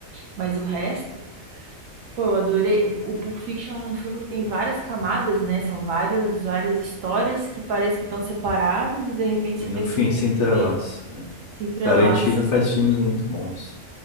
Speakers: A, on the right (about 70°); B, on the left (about 65°).
A: Mas o resto, pô, eu adorei. O, o Pulp Fiction é um filme que tem várias camadas, né? São vários, várias histórias que parece que estão separadas e de repente
B: E
A: você
B: no
A: vê que
B: fim,
A: eles estão
B: se
A: tudo
B: entrelaça.
A: meio
B: né?
A: se entrelaçam.
B: Tarantino faz filmes muito bons.